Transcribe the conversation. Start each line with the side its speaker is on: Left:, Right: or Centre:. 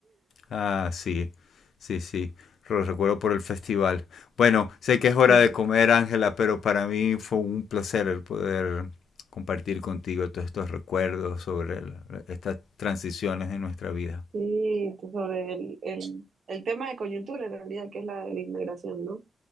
Left: Ah, sí, sí, sí. Lo recuerdo por el festival. Bueno, sé que es hora
Right: <laughs>
Left: de comer, Ángela, pero para mí fue un placer el poder compartir contigo todos estos recuerdos sobre el- estas transiciones de nuestra vida.
Right: Sí, sobre el, el, el tema de coyuntura en realidad, que es la de la inmigración, ¿no?